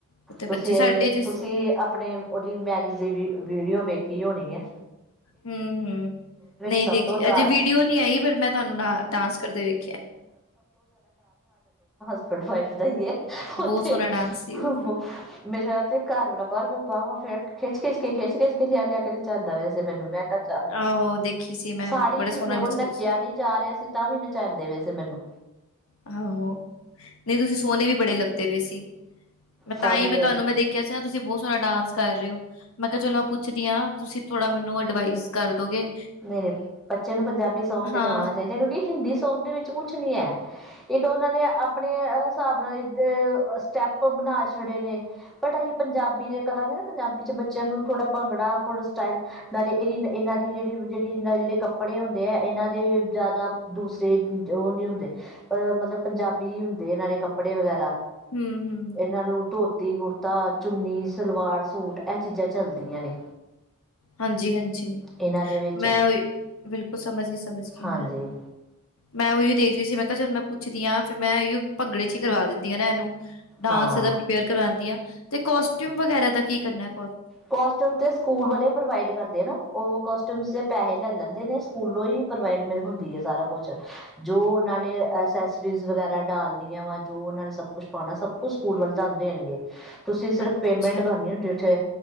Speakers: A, on the left; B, in the centre.
A: ਉੱਥੇ
B: ਤੁਸੀ
A: ਬੱਚੇ
B: ਏ‌,
A: ਸਾਡੇ ਜਿਸ
B: ਤੁਸੀ, ਆਪਨੇ ਉਦੀ ਮੈਰਿਜ ਦੀ ਵੀ, ਵੀਡੀਓ ਵੇਖ <unintelligible> ਹੋਨੀ ਏ
A: ਹੂੰ-ਹੂੰ, ਨਹੀਂ
B: ਸਭ
A: ਦੇਖੀ
B: ਤੋਂ ਜ਼ਿਆਦਾ
A: ਅਜੇ ਵੀਡੀਓ ਨੀ ਆਈ ਪਰ ਮੈਂ ਤੁਹਾਨੂੰ ਡ ਡਾਂਸ ਕਰਦੇ ਵੇਖਿਆ।
B: ਪੜ੍ਹਾਈ, <unintelligible> ਉੱਥੇ
A: ਬਹੁਤ ਸੋਹਣਾ
B: <unintelligible>
A: ਡਾਂਸ ਸੀ ਓ।
B: ਮੇਰੇ ਰਾ ਤੇ ਘਰ ਵਾਲਾ ਬਾਹਰ ਮੈਨ ਬਾਹ ਫ ਖਿੱਚ ਖਿੱਚ ਕੇ ਖਿੱਚ ਖਿੱਚ ਕੇ ਲ ਲਿਆ ਕੇ ਜਾਂਦਾਇਆ ਸੀ ਮਨ ਮੈਂ ਚੱਲ
A: ਆਹੋ ਦੇਖੀ ਸੀ ਮੈਂ
B: ਸਾੜੀ
A: ਬੜਾ
B: ਚ
A: ਸੋਹਣਾ
B: ਮੇਰੇ
A: ਨੱਚਦੇ
B: ਕੋਲ ਨੱਚਿਆ
A: ਪਏ ਸੀ।
B: ਨੀ ਜਾ ਰਿਹਾ ਸੀ ਤਾਂ ਵੀ ਨਚਾਦੇ ਪਏ ਸੀ ਮੈਨੂੰ
A: ਆਹੋ ਨਹੀਂ ਤੁਸੀਂ ਸੋਹਣੇ ਵੀ ਬੜੇ ਲੱਗਦੇ ਪਏ ਸੀ। ਮੈਂ
B: ਸਾੜੀ
A: ਤਾਂ ਹੀ ਮੈਂ
B: ਦੇ
A: ਤੁਹਾਨੂੰ ਮੈਂ ਦੇਖਿਆ ਸੀ ਤੁਸੀਂ ਬਹੁਤ ਸੋਹਣਾ ਡਾਂਸ ਕਰ ਰਹੇ ਹੋ ਮੈਂ ਕਿਹਾ ਚਲੋ ਪੁੱਛਦੀ ਹਾਂ ਤੁਸੀਂ ਥੋੜ੍ਹਾ ਮੈਨੂੰ ਅਡਵਾਈਸ ਕਰਦੋਗੇ।
B: ਨਹੀਂ ਨਹੀਂ ਬੱਚੇ ਨੂੰ ਪੰਜਾਬੀ ਸੌਂਗ ਤੇ
A: ਹਾਂ
B: ਕਰਵਾਣਾ ਚਾਹੀਦਾ ਕਿਉਂਕਿ ਹਿੰਦੀ ਸੌਂਗ ਦੇ ਵਿੱਚ ਕੁਛ ਕੁਛ ਨਹੀਂ ਹੈ ਇੱਕ ਉਹਨਾਂ ਨੇ ਆਪਣੇ ਹਿਸਾਬ ਨਾਲ ਇਹਦੇ ਸਟੈਪ ਬਣਾ ਛੱਡੇ ਨੇ। ਬਟ ਅਸੀਂ ਪੰਜਾਬੀ ਦੇ ਕਰਾਂਗੇ ਨਾ ਪੰਜਾਬੀ ਚ ਬੱਚਿਆਂ ਨੂੰ ਥੋੜਾ ਭੰਗੜਾ ਸਟਾਈਲ ਨਾਲੇ ਇਹਦੀ ਇਹਨਾਂ ਦੀ ਜਿਹੜੀ ਜਿਹੜੀ ਇਹਨਾਂ ਜਿਹੜੇ ਕੱਪੜੇ ਹੁੰਦੇ ਆ ਇਹਨਾਂ ਦੇ ਜ਼ਿਆਦਾ ਦੂਸਰੇ ਉਹ ਨਹੀਂ ਹੁੰਦੇ। ਅ ਮਤਲਬ ਪੰਜਾਬੀ ਹੁੰਦੇ ਇਹਨਾਂ ਦੇ ਕੱਪੜੇ ਵਗੈਰਾ।
A: ਹੂੰ ਹੂੰ
B: ਇਹਨਾਂ ਨੂੰ ਧੋਤੀ ਕੁੜਤੀ ਤਾਂ ਚੁੰਨੀ ਸਲਵਾਰ ਸੂਟ ਇਹ ਚੀਜ਼ਾਂ ਚੱਲਦੀਆਂ ਨੇ।
A: ਹਾਂਜੀ ਹਾਂਜੀ।
B: ਇਹਨਾਂ ਦੇ ਵਿੱਚ
A: ਮੈਂ ਉਹੀ ਬਿਲਕੁਲ ਸਮਝ ਗਈ ਸਮਝ ਗਈ
B: ਹਾਂਜੀ
A: ਮੈਂ। ਮੈਂ ਉਹੀਓ ਦੇਖ ਰਹੀ ਸੀ ਮੈਂ ਕਿਹਾ ਚਲ ਮੈਂ ਪੁੱਛਦੀ ਹਾਂ। ਫਿਰ ਮੈਂ ਓਹੀ ਭੰਗੜੇ ਚ ਹੀ ਕਰਵਾ ਦਿੰਦੀ ਆ ਨਾ ਇਹਨੂੰ। ਡਾਂਸ
B: ਹਾਂ
A: ਇਹਦਾ ਪ੍ਰਿਪੇਅਰ ਕਰਾਉਂਦੀ ਆ। ਤੇ ਕੋਸਟਿਊਮ ਵਗੈਰਾ ਦਾ ਕੀ ਕਰਨਾ
B: ਕੋਸਟਿਊਮ ਤੇ ਸਕੂਲ ਵਾਲੇ ਪ੍ਰੋਵਾਈਡ ਕਰਦੇ ਨਾ। ਉਹ ਕਾਸਟਿਊਮ ਦੇ ਪੈਸੇ ਲੈ ਲੈਂਦੇ ਨੇ ਸਕੂਲੋਂ ਹੀ ਪ੍ਰੋਵਾਈਡ ਹੁੰਦੀ ਹੈ ਸਾਰਾ ਕੁਛ। ਜੋ ਉਹਨਾਂ ਨੇ ਅਸੈਸਰੀ ਵਗੈਰਾ ਡਾਲਣੀਆਂ ਵਾ। ਜੋ ਉਹਨਾਂ ਨੇ ਸਭ ਕੁਛ ਪਾਣਾ ਸਭ ਕੁਛ ਸਕੂਲ ਵਾਲੇ ਤੁਹਾਨੂੰ ਦੇਣਗੇ। ਤੁਸੀਂ ਸਿਰਫ
A: ਅੱਛਾ
B: ਪੇਮੈਂਟ ਕਰਨੀ ਹੁੰਦੀ ਉੱਥੇ।